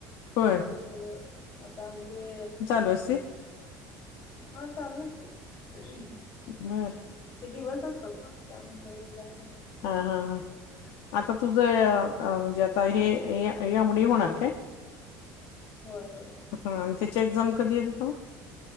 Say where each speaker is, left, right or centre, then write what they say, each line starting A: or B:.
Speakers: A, on the left; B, on the left.
A: होय
B: त्यामुळ थोड आता आमचे
A: रस्सी
B: हा चालू असतय.
A: बरं.
B: ते दिवस असतात ना त्या आमच जायला..
A: हा हा हा आता तुझं
B: लागतंय
A: म्हणजे आता हे हे ए एम डी होणार काय?
B: होय होय.
A: हा त्याची एक्झाम कधी आहेत अता?